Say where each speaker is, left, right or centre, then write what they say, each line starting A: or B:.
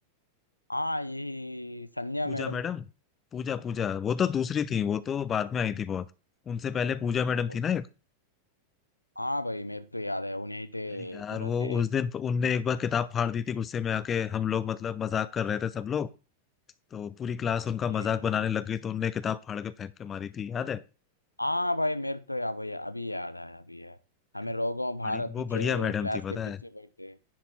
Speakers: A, on the left; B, on the left.
A: हाँ यही संध्या
B: पूजा
A: मैडम
B: मैडम पूजा पूजा वो तो दूसरी थी वो तो बाद में आई थी बहुत उनसे पहले पूजा मैडम
A: ओके
B: थी ना एक
A: हाँ भाई मेरे को तो याद है उन्हें थे
B: अरे यार
A: थोड़ा
B: वो
A: से
B: उस दिन प- उनने एक बार किताब फाड़ दी थी गुस्से में आके हम लोग मतलब मजाक कर रहे थे सब लोग तो पूरी क्लास उनका
A: यही
B: मजाक बनाने लग गई तो उनने किताब फाड़ के फेंक के मारी थी याद है
A: हाँ भाई मेरे को तो या भाई अभी याद आया अभी यार हमें
B: अरे,
A: रोगों बाहर
B: बड़ी वो
A: पीछे
B: बढ़िया मैडम
A: क्लास
B: थी पता
A: के पीछे
B: है
A: बैठते